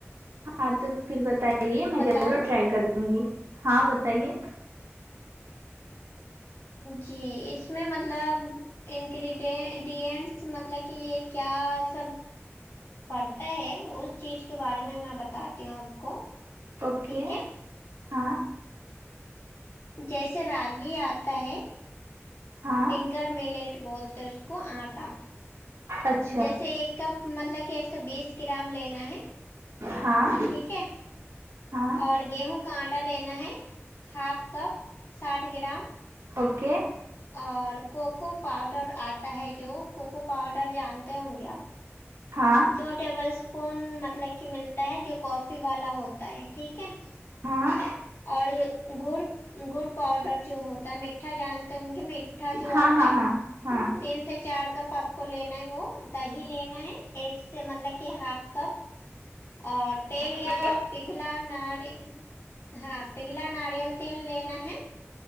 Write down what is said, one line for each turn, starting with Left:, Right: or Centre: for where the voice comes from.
Right: ہاں تو پھر بتائیے میں
Left: بتاؤں
Right: ضرور ٹرائی کروں گی ہاں بتائیے
Left: جی اس میں مطلب انگریڈینڈینٹس مطلب کہ یہ کیا سب پڑھتا ہے اس چیز کے بارے میں میں بتاتی ہوں آپ کو
Right: اوکے
Left: ٹھیک ہے
Right: ہاں
Left: جیسے راگی آتا ہے
Right: ہاں
Left: فنگر ملیٹ بولتے اس کو آٹا
Right: اچھا
Left: جیسے ایک کپ مطلب کہ ایک سو بیس گرام لینا ہے
Right: ہاں
Left: ٹھیک ہے
Right: ہاں
Left: اور گیہوں کا آٹا لینا ہے ہاف کپ ساٹھ گرام
Right: اوکے
Left: اور کوکو پاؤڈر آتا ہے جو کوکو پاؤڈر جانتے ہوں گے آپ
Right: ہاں
Left: دو ٹیبل اسپون مطلب کہ ملتا ہے جو کافی والا ہوتا ہے ٹھیک ہے
Right: ہاں
Left: اور گڑ گڑ پاؤڈر جو ہوتا ہے میٹ ٹھا جانتے ہوں گے میٹھا جو
Right: ہاں
Left: آتا ہے
Right: ہاں ہاں
Left: تین سے چار کپ آپ کو لینا ہے وہ دہی لینا ہے ایک سے مطلب کہ ہاف کپ اور تیل
Right: ہاں
Left: یا پگھلا ناری ہاں پیگلا ناریل تیل لینا ہے